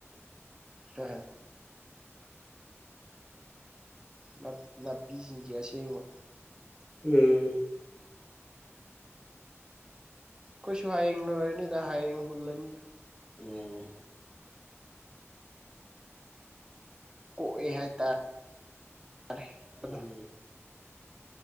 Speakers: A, on the right (about 15°); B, on the left (about 15°).
A: ꯍꯥꯍꯥ ꯅꯞ ꯅꯥꯄꯤꯁꯤꯡꯖꯦ ꯑꯁꯦꯡꯕ
B: ꯎꯝ
A: ꯑꯩꯈꯣꯏꯁꯨ ꯍꯌꯦꯡ ꯂꯣꯏꯔꯅꯤꯗ ꯍꯌꯦꯡ ꯍꯨꯜꯂꯅꯤꯗ
B: ꯎꯝ
A: ꯍꯣꯏ ꯍꯥꯏꯇꯥꯔꯦ
B: ꯎꯝ
A: ꯑꯗꯣ